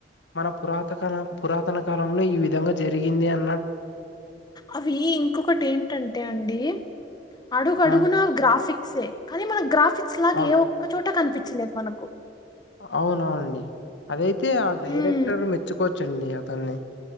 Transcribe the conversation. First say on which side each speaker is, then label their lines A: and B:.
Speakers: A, on the left; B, on the left.
A: మన పురాత కాల పురాతన కాలంలో ఈ విధంగా జరిగింది అన్న
B: అవి ఇంకొకటి ఏంటంటే అండి అడుగు అడుగున
A: ఆ
B: గ్రాఫిక్సే కానీ మన ఫిక్స్ లాగ
A: అవును
B: ఏ ఒక్కచోట కనిపిచ్చలేద్ మనకు
A: అవునవునండి అదై తే ఆ డైరెక్టర్
B: హ్మ్.
A: మెచ్చుకో చ్చండి అతన్ని.